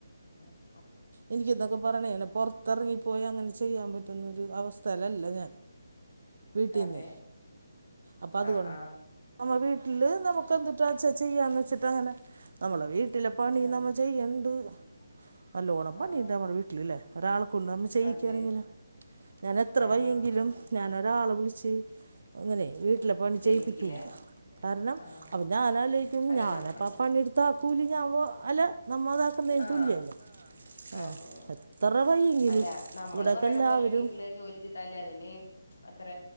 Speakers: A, on the left; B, on the right.
A: ആ
B: ഇനിക്ക്ന്തക്ക പറാന പൊറത്ത ഉറങ്ങിപ്പോയി അങ്ങനെ ചെയ്യാൻ പറ്റുന്നൊ ഒരു അവസ്ഥ അ അല്ല ഞാൻ വീട്ടീന്ന
A: അതെ
B: അപ്പൊ അതുകൊണ്ട്
A: ആഹ് ആഹ്
B: നമ്മ വീട്ടി നമ്മുക്കെന്തുട്ടാ ചെയ്യാന്ന്ച്ചിട്ട അങ്ങനെ നമ്മള വീ വീട്ടിലപണി
A: ആഹ്
B: നമ്മച്ചയ്യണ്ട് അ ലോണമ്പാ
A: ആഹ്
B: നീന്താ മ വട്ടല ലേ ഒരാൾക്ക് നമ്മ ചെയ്യിക്കുകയാണെങ്കിലോ
A: അതെ
B: ഞൻ എ അത്ര
A: ആഹ്
B: വയെങ്കിലും ഞാനൊരു ആ ആളെ വിളിച്ച് അങ്ങനെ വീ പണി
A: ചെയ്യിപ്പിക്കില്ലേ
B: ചെയ്പ്പിക്കൂല കാരണം
A: ആഹ്
B: അപ്പൊ ഞാനാല്ലിക്കും
A: അതെ
B: ഞാനപ്പ
A: നമ്മള്
B: പണെടുത്ത ആ കൂലിഞ്ഞ ആകുമ്പോൾ അല്ല നമ്മൾ അതാക്കുന്നതിന്
A: ആഹ്
B: തുല്യല്ലേ ആ
A: അതെ
B: എത്ര വയ്യെങ്കിലും
A: അല്ല നമ്മള്
B: ഇവിടെയൊക്കെ
A: പറയണ
B: എല്ലാവരും
A: പോലെ വീട്ടില് <unintelligible> അതിന് അത്ര